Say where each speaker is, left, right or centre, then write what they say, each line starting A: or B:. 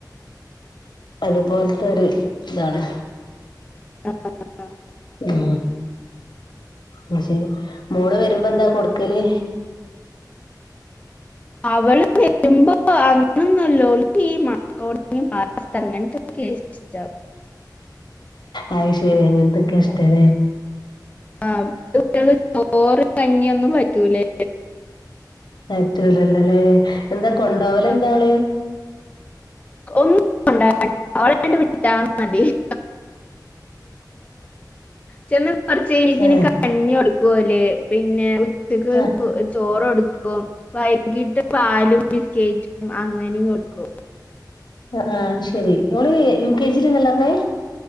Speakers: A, on the left; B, on the left.
A: അതുപോൽത്തൊരു ഇതാണ്
B: <inaudible>
A: ഉ ആഹ് ശരി മോള് വരുമ്പം എന്താ കൊടുക്കല്
B: അവള് വെരു <inaudible> അങ്ങനൊന്നുല്ല, ഓൾക്കീ മക്രോണി പാസ്ത അങ്ങൻത്തെകേ ഇഷ്ടം
A: അഹ് ശരി അങ്ങൻതൊക്കെയാ ഇഷ്ടലേ
B: ആഹ് കുട്ടികള് ചോറ് കഞ്ഞിയൊന്നും പറ്റൂലേ
A: പറ്റൂലല്ലല്ലേ എന്താ കൊണ്ടോവല്
B: ആഹ്
A: എന്താ ആള്
B: ഒന്നും കൊണ്ട <inaudible> ഓളെ അങ്ങട്ട് വിട്ടാ മതി <inaudible> ചെന്ന് കൊറചേലതിന്
A: ഏ
B: കഞ്ഞി കൊടുക്കൂലേ പിന്നെ ഉച്ചക്ക്
A: ആ
B: <unintelligible> ചോറ് കൊടുക്കും, വൈകീട്ട് പാലും ബിസ്കേറ്റും അങ്ങനിം കൊടുക്കും
A: ആഹ് ആഹ് അയ്ശെരി, ഓള് യു കെ ജി ല് ന്നല്ലറഞ്ഞേ